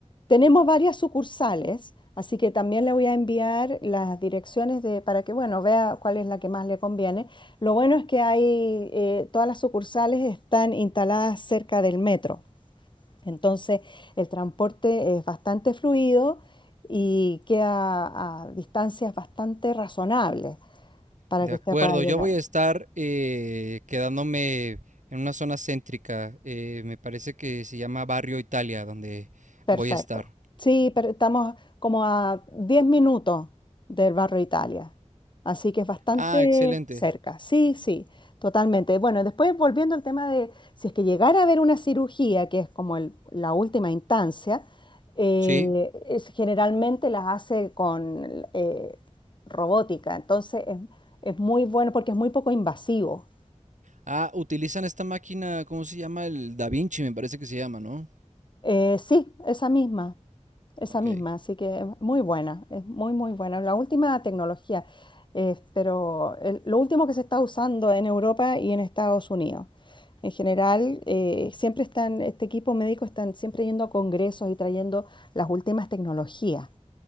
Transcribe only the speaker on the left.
Tenemos varias sucursales, así que también le voy a enviar las direcciones de, para que, bueno, vea cuál es la que más le conviene. Lo bueno es que hay, eh, todas las sucursales están instaladas cerca del metro. Entonces, el transporte es bastante fluido y queda a distancias bastante razonables para
que
usted pueda llegar.
Perfecto.
Sí, pero estamos como a 10 minutos del barrio Italia, así que es bastante
cerca. Sí, sí, totalmente. Bueno, después volviendo al tema de si es que llegara a haber una cirugía, que es como el- la última instancia, eh,
es- generalmente las hace con eh, robótica, entonces es, es muy bueno porque es muy poco invasivo.
Eh, sí, esa misma. Esa
misma, así que es muy buena, es muy, muy buena. La última tecnología, eh, pero el- lo último que se está usando en Europa y en Estados Unidos. En general, eh, siempre están, este equipo médico están siempre yendo a congresos y trayendo las últimas tecnologías.